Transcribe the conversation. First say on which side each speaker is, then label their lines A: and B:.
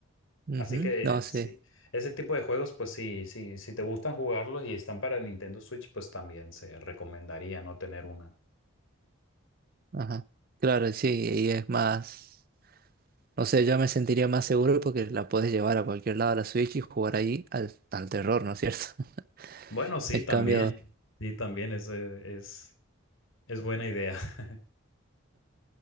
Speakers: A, on the right; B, on the left.
A: Ujú,
B: Así que
A: No,
B: sí,
A: sí.
B: ese tipo de juegos, pues sí, sí, si te gustan jugarlos y están para Nintendo Switch, pues también se recomendaría no tener una.
A: Ajá. Claro, sí, y es más. No sé, yo me sentiría más seguro porque la puedes llevar a cualquier lado a la Switch y jugar ahí al, al terror, ¿no es cierto? <laughs>
B: Bueno, sí,
A: En
B: también.
A: cambio,
B: Sí, también es, eh, es, es buena idea. <laughs>